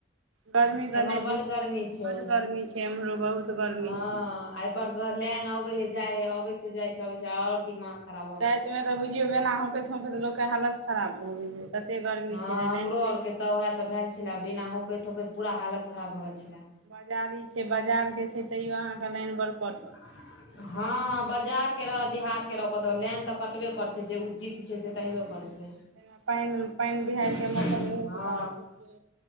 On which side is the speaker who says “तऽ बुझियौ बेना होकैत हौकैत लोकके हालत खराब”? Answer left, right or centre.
Right